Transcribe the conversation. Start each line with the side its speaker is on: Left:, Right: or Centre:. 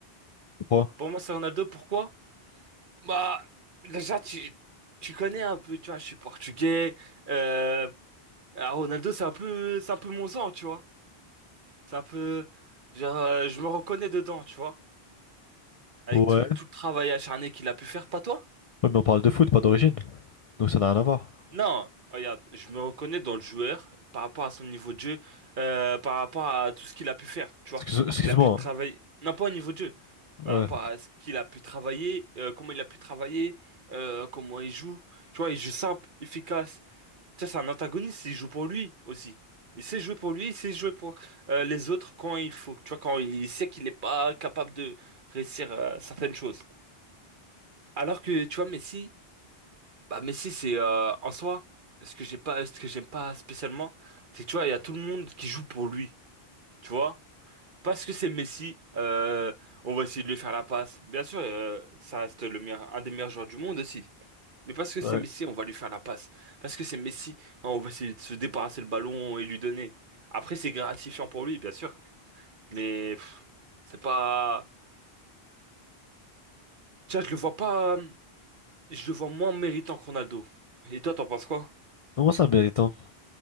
Left: Pourquoi?
Right: Pour moi, c'est Ronaldo. Pourquoi? Bah, déjà, tu, tu connais un peu, tu vois, je suis portugais. Euh, alors, Ronaldo, c'est un peu, c'est un peu mon sang, tu vois. C'est un peu, genre, euh, je me reconnais dedans, tu vois. Avec
Left: Ouais.
Right: tout, tout le travail acharné qu'il a pu faire, pas toi?
Left: Ouais, mais on parle de foot, pas d'origine. Donc ça n'a rien à voir.
Right: Non, regarde, je me reconnais dans le joueur par rapport à son niveau de jeu, euh, par rapport à tout ce qu'il a pu faire, tu vois.
Left: Excuse, excuse-moi.
Right: Il a pu travailler, non pas au niveau de jeu,
Left: hein.
Right: par
Left: Ouais.
Right: rapport à ce qu'il a pu travailler, euh, comment il a pu travailler, euh, comment il joue. Tu vois, il joue simple, efficace. Tu sais, c'est un antagoniste, il joue pour lui aussi. Il sait jouer pour lui, il sait jouer pour euh, les autres quand il faut. Tu vois, quand il sait qu'il n'est pas capable de réussir euh, certaines choses. Alors que, tu vois, Messi... Bah Messi c'est euh, en soi, ce que j'ai pas, ce que j'aime pas spécialement, c'est que tu vois, il y a tout le monde qui joue pour lui, tu vois. Parce que c'est Messi, euh, on va essayer de lui faire la passe. Bien sûr, euh, ça reste le meilleur, un des meilleurs joueurs du monde aussi. Mais parce que
Left: Ouais.
Right: c'est Messi, on va lui faire la passe. Parce que c'est Messi, hein, on va essayer de se débarrasser le ballon et lui donner. Après, c'est gratifiant pour lui, bien sûr. Mais pff, c'est pas, tu vois, je le vois pas, je le vois moins méritant que Ronaldo. Et toi, t'en penses quoi?
Left: Non, Moi, c'est un méritant.